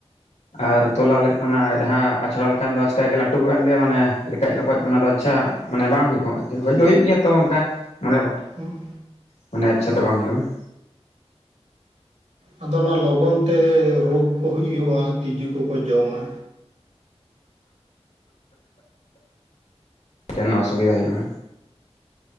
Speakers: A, on the left (about 85°); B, on the right (about 80°).
A: ᱟᱨ ᱛᱚᱞᱟ ᱚᱱᱟ ᱡᱟᱦᱟᱸ ᱟᱪᱷᱲᱟ ᱞᱮᱠᱷᱟᱱ ᱫᱚ ᱟᱪᱠᱟ ᱜᱮ ᱞᱟᱹᱴᱩ ᱛᱚᱵᱩ ᱟᱱ ᱜᱮ ᱢᱟᱱᱮ ᱞᱮᱠᱟᱭᱡ ᱞᱚᱠᱚᱭᱡ ᱚᱱᱟ ᱫᱚ ᱟᱪᱪᱷᱟ ᱢᱟᱱᱮ ᱵᱟᱝ ᱦᱩᱭᱩᱜᱼᱟ ᱦᱚᱭ ᱫᱚ ᱦᱩᱭᱩᱜ ᱜᱮᱭᱟ ᱛᱚ ᱚᱱᱠᱟ ᱢᱚᱱᱮ
B: ᱦᱮᱸ
A: ᱢᱟᱱᱮ ᱟᱪᱪᱷᱟ ᱫᱚ ᱵᱟᱝ ᱦᱩᱭᱩᱜᱼᱟ
B: ᱟᱫᱚ ᱚᱱᱟ ᱞᱚᱜᱚᱱ ᱛᱮ ᱨᱳᱜᱽ ᱠᱚ ᱦᱩᱭᱩᱜᱼᱟ ᱛᱤᱸᱤᱡᱩ ᱠᱚᱠᱚ ᱡᱚᱢᱟ
A: ᱢᱤᱫᱴᱟᱱᱟᱜ ᱚᱥᱩᱵᱤᱫᱷᱟ ᱦᱩᱭᱩᱜᱼᱟ